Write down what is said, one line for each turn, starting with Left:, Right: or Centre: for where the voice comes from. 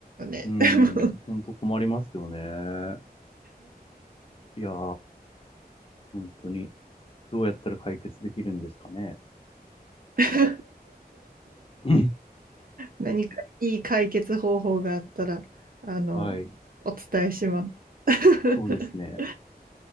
Right: ね。
Left: うん、
Right: <laughs> でも
Left: ほんと困りますよね。いやー、本当に、どうやったら解決できるんですかね。
Right: <laughs>
Left: <laughs> うん
Right: 何かいい解決方法があったら、あの、
Left: はい、
Right: お伝えします。<laughs>
Left: そうですね。